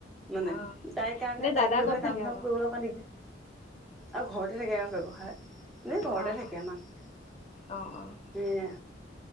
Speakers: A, in the centre; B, on the left.
A: মানে,
B: অ',
A: তাইৰ কাৰণে
B: এনে দাদা
A: তাইক লৈ
B: ক'ত
A: পেলাই
B: থাকে
A: কাম-চাম
B: আকৌ?
A: কৰিব অকণমান দিগদাৰ অ', ঘৰতে থাকে আৰু ব্যৱসায় এনে ঘৰতে
B: অ',
A: থাকে আমাৰ
B: অ', অ',
A: এইয়া